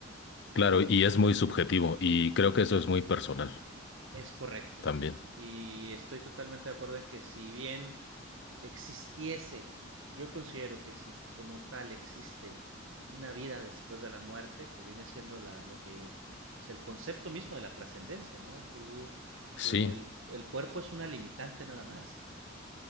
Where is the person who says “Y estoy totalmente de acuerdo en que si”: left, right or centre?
Right